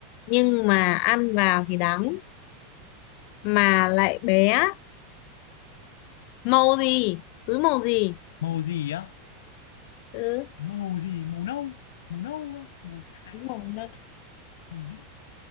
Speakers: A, on the left; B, on the left.
A: nhưng mà ăn vào thì đắng mà lại bé màu gì túi màu gì
B: màu gì á
A: ừ
B: màu gì màu nâu màu nâu á, màu xám
A: túi màu
B: màu xám
A: nâu
B: màu dịu